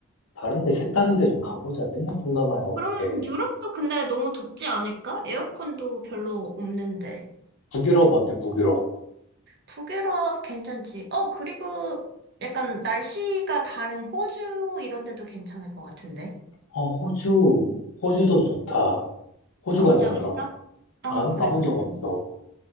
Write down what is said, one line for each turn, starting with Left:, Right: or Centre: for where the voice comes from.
Left: 다른 데 색다른 데 좀 가보자. 맨날 동남아야 어떡해.
Right: 그럼 유럽도 근데 너무 덥지 않을까? 에어컨도 별로 없는데.
Left: 북유럽 어때, 북유럽?
Right: 북유럽 괜찮지? 어, 그리고 약간 날씨가 다른 호주 이런 데도 괜찮을 것 같은데.
Left: 어, 호주. 호주도 좋다. 호주
Right: 가본
Left: 가자,
Right: 적
Left: 그러면.
Right: 있어? 아,
Left: 아니,
Right: 그래,
Left: 가본
Right: 그래.
Left: 적 없어.
Right: 좀.